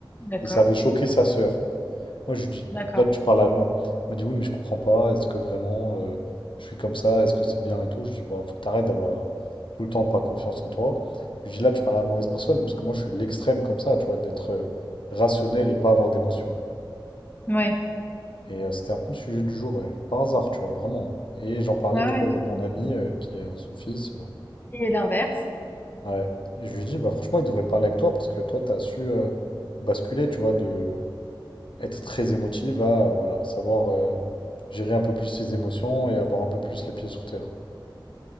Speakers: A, on the left (about 20°); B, on the left (about 75°).
A: D'accord,
B: et ça avait choqué sa sœur. Moi, je lui dis,
A: d'accord.
B: là, tu parles à moi. Il m'a dit, oui, mais je comprends pas. Est-ce que vraiment euh, je suis comme ça? Est-ce que c'est bien et tout? Je lui dis, bah, faut que t'arrêtes d'avoir tout le temps pas confiance en toi. Je lui dis, là, tu parles à la mauvaise personne, parce que moi, je suis l'extrême comme ça, tu vois, d'être euh, rationnel et pas avoir d'émotion.
A: Ouais.
B: Et euh, c'était un peu le sujet du jour, ouais, par hasard, tu vois, vraiment. Et j'en parlais
A: Ouais,
B: du
A: ouais,
B: coup avec
A: totalement.
B: mon ami, euh, qui est euh, son fils. euh,
A: Et l'inverse?
B: ouais. Et je lui dis, bah, franchement, il devrait parler avec toi, parce que toi, t'as su euh, basculer, tu vois, de être très émotive à euh, voilà, savoir euh, gérer un peu plus ses émotions et avoir un peu plus les pieds sur terre.